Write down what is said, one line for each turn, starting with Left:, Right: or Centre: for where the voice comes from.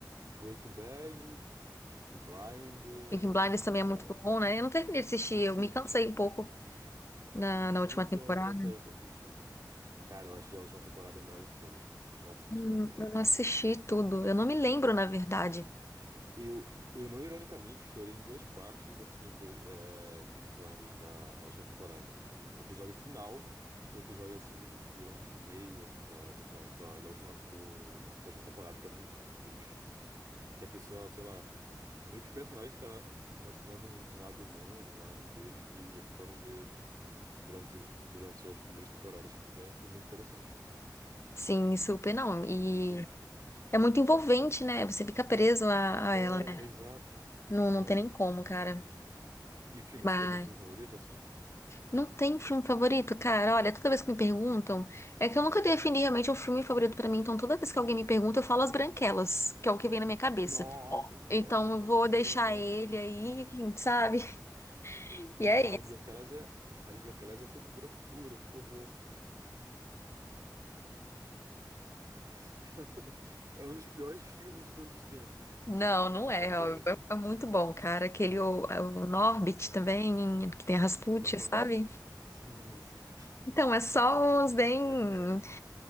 Right: Breaking Bad, Peaky Blinders,
Left: Peaky Blinders
Right: deixa
Left: também
Right: eu
Left: é
Right: ver.
Left: muito bom, né? Eu não terminei de assistir,
Right: Não
Left: eu
Right: sei.
Left: me cansei um pouco na, na última
Right: Eu não sei
Left: temporada.
Right: uma outra série que eu assisti. Cara, eu achei a última temporada é a melhor de todas. Nossa senhora,
Left: Hum,
Right: é muito,
Left: Eu não assisti
Right: muito boa.
Left: tudo. Eu não me lembro, na verdade.
Right: Eu, eu não ironicamente chorei em duas partes da síndrome é, Peaky Blinders da na última temporada. O episódio final e tem um episódio assim durante o meio assim da, do final da, da última do, da última temporada que é muito muito triste. Que a pessoa, sei lá, meio que o personagem tá mostrando um, um lado humano, um lado dele que a pessoa não vê durante durante as primeiras temporadas, que é, que é muito interessante.
Left: Sim, super não. E
Right: E, tipo,
Left: é muito envolvente, né? Você fica preso a, a
Right: é,
Left: ela, né?
Right: exato,
Left: Não,
Right: exato.
Left: não tem nem como, cara.
Right: E filme,
Left: Mas
Right: você tem algum filme favorito assim?
Left: não tem filme favorito, cara. Olha, toda vez que me perguntam, é que eu nunca defini realmente um filme favorito pra mim. Então, toda vez que alguém me pergunta, eu falo As Branquelas, que é o que vem na minha cabeça.
Right: Nossa senhora,
Left: Então, eu vou
Right: por favor,
Left: deixar
Right: não.
Left: ele aí, sabe? <laughs>
Right: Não,
Left: E é
Right: as
Left: isso.
Right: branquelas é, as branquelas é tortura pura, por favor. É um <laughs> é um dos piores filmes de todos os tempos.
Left: Não, não
Right: As branquelas.
Left: é. ó, É é muito bom, cara. Aquele o, é o Norbit também, que tem a Rasputia,
Right: Nobres.
Left: sabe?
Right: Sim, sim. <laughs>
Left: Então, é só uns bem,
Right: É.